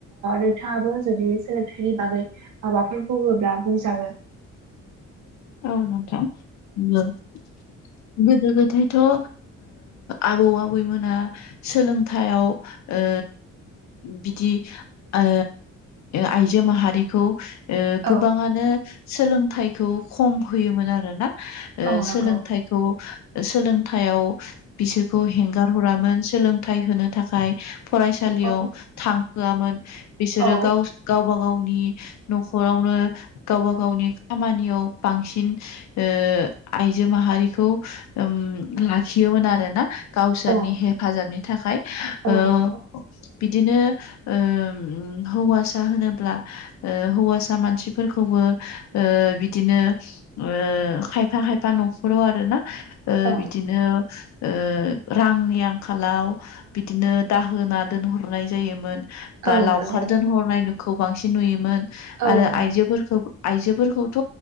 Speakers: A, on the right (about 70°); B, on the left (about 65°).
A: नोंथाङाबो जुदि सोलोंथाइनि बागै माबाफोर बुङोब्ला बुंजागोन।
B: औ नोंथां। <unintelligible> गोदो गोदायथ' ओ आबौ आबैमोना सोलोंथाइयाव ओ बिदि ओ आइजो माहारिखौ ओ गोबाङानो
A: औ
B: सोलोंथाइखौ खम होयोमोन आरो ना ओ
A: औ नंगौ
B: सोलोंथाइखौ सोलोंथाइयाव बिसोरखौ हेंगार हरामोन सोलोंथाइ होनो थाखाय फरायसालियाव
A: औ
B: थांहोआमोन बिसोरो
A: औ
B: गाव गावबा गावनि न'खरावनो गावबा गावनि खामानियाव बांसिन ओ आइजो माहारिखौ ओम लाखियोमोन आरोना। गावसोरनि
A: औ
B: हेफाजाबनि थाखाय
A: औ
B: ओ
A: नंगौ
B: बिदिनो ओ ओम हौवासा होनोब्ला हौवासा मानसिफोरखौबो बो ओ बिदिनो ओ खायफा खायफा न'खराव आरो ना ओ
A: औ
B: बिदिनो ओ रांनि आंखालाव बिदिनो दाहोना दोनहरनाय जायोमोन। बा
A: औ
B: लावखार
A: नंगौ
B: दोनहरनाय बेखौ बांसिन नुयोमोन
A: औ
B: आरो
A: नुयो
B: आइजोफोरखौ आयजोफोरखौथ'